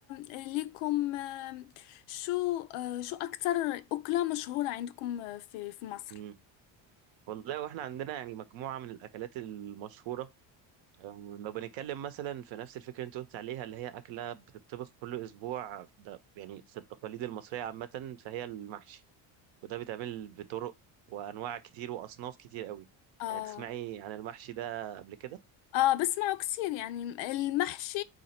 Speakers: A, on the left; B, on the right.
A: لكم آم، شو آه، شو أكتر أكلة مشهورة عندكم آه، في في مصر؟
B: جدا والله واحنا عندنا يعني مجموعة من الأكلات المشهورة أم، لو بنتكلم مثلا في نفس الفكرة اللي انت قلت عليها اللي هي أكلة بتطبخ كل أسبوع ده يعني في التقاليد المصرية عامة فهي المحشي وده بيتعمل بطرق وأنواع كتير وأصناف كتير قوي
A: آه
B: يعني تسمعي عن المحشي ده قبل كده؟
A: اه بسمعه كتير يعني المحشي